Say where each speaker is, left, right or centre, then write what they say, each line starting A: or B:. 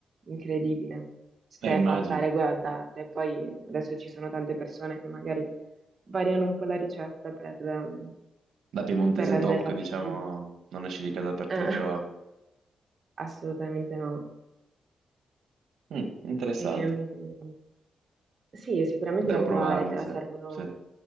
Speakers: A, on the right; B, on the right.
A: incredibile. Se
B: Eh, immagino.
A: è fatta a regola d'arte, poi adesso ci sono tante persone che magari variano un po' la ricetta per, ehm,
B: Da piemontese
A: per renderla
B: doc, diciamo,
A: più...
B: non esci di casa per
A: eh,
B: tre giorni.
A: <laughs> assolutamente no.
B: Mm, interessante.
A: Ehm, sì, sicuramente
B: Devo
A: da
B: provarlo,
A: provare, te la
B: sì.
A: servono,
B: sì.